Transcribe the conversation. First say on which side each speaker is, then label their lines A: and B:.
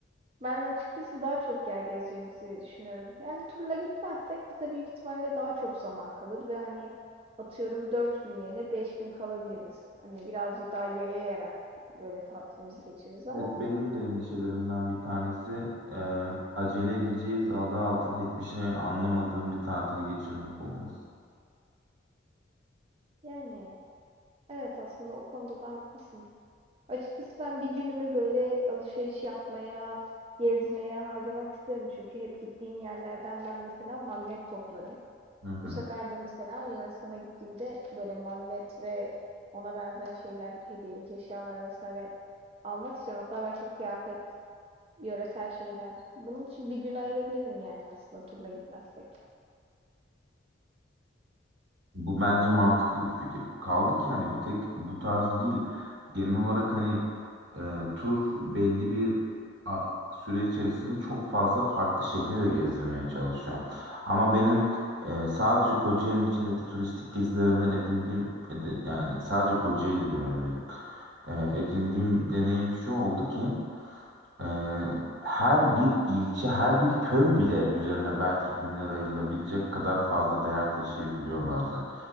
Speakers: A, on the right (about 30°); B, on the right (about 70°).
A: Ben açıkçası daha çok yer gezeceğimizi düşünüyorum. Yani turla gitmezsek bize büyük ihtimalle daha çok zaman kalır ve hani atıyorum 4 gün yerine 5 gün kalabiliriz. Hani birazcık daha yayayarak böyle tatilimizi geçiririz ama
B: Evet, benim de endişelerimden bir tanesi e, acele edeceğiz adı altında hiçbir şey anlamadığım bir tatil geçirmek olması.
A: yani evet aslında o konuda da haklısın. Açıkçası ben bir günümü böyle alışveriş yapmaya, gezmeye harcamak isterim. Çünkü hep gittiğim yerlerden ben mesela magnet toplarım.
B: Hı hı.
A: Bu sefer de mesela Yunanistan'a gittiğimde böyle magnet ve ona benzer şeyler, hediyelik eşyalar vesaire almak istiyorum. Hatta belki kıyafet, yöresel şeyler. Bunun için bir gün ayırabilirim yani aslında turla gitmezsek.
B: Bu bence mantıklı bir fikir. Kaldı ki hani bir tek bu tarz değil. Genel olarak hani e, tur belli bir a- süre içerisinde çok fazla farklı şehri de gezdirmeye çalışıyor. Ama benim e, sadece Kocaeli'nin içindeki turistik gezilerimden edindiğim edi- yani sadece Kocaeli diyorum bir dakika. E, edindiğim deneyim şu oldu ki ee, her bir ilçe, her bir köy bile üzerine belki günler ayrılabilecek kadar fazla değer taşıyabiliyor bazen.